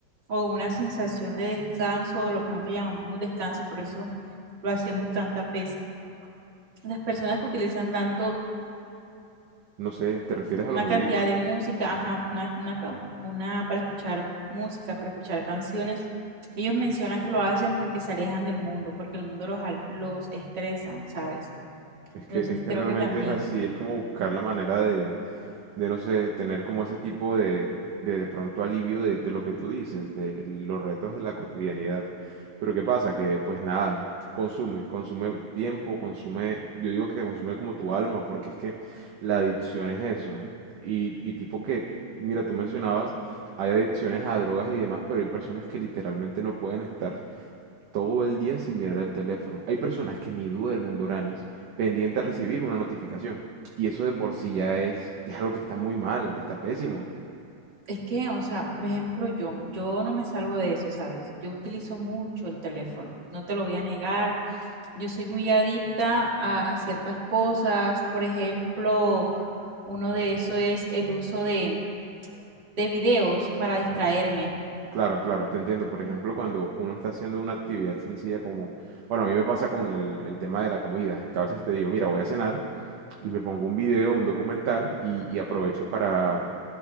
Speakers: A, on the right; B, on the right.
A: o una sensación de descanso, o lo que nosotros llamamos descanso, y por eso lo hacemos tantas veces. Las personas que utilizan tanto
B: No sé, ¿te refieres a
A: una
B: los audífonos?
A: cantidad de música, ajá, una, una, ca- una para escuchar música, para escuchar canciones. Ellos mencionan que lo hacen porque se alejan del mundo, porque el mundo los, al- los estresa, ¿sabes?
B: Es que,
A: Entonces
B: es que
A: creo
B: realmente
A: que también,
B: es así, es como buscar la manera de, de no sé, tener como ese tipo de de, de pronto alivio de, de lo que tú dices, de los retos de la cotidianidad. Pero ¿qué pasa? Que pues nada, consume, consume tiempo, consume, yo digo que consume como tu alma, porque es que la adicción es eso. Y, y tipo que, mira, tú mencionabas, hay adicciones a drogas y demás, pero hay personas que literalmente no pueden estar todo el día sin mirar el teléfono. Hay personas que ni duermen, Doranis, pendiente a recibir una notificación. Y eso de por sí ya es, ya es algo que está muy mal, está pésimo.
A: es que, o sea, por ejemplo, yo, yo no me salvo de eso, ¿sabes? Yo utilizo mucho el teléfono, no te lo voy a negar. Yo soy muy adicta a ciertas cosas, por ejemplo, uno de eso es el uso de, de videos para distraerme.
B: Claro, claro, te entiendo. Por ejemplo, cuando uno está haciendo una actividad sencilla como, bueno, a mí me pasa con el, el tema de la comida, que a veces te digo, mira, voy a cenar y me pongo un video, un documental y, y aprovecho para,